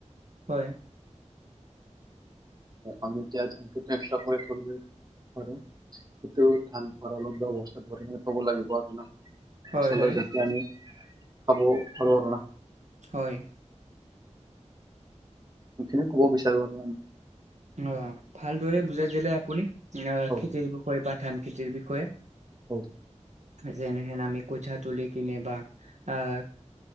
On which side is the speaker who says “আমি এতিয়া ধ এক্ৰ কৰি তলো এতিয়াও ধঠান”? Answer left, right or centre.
Right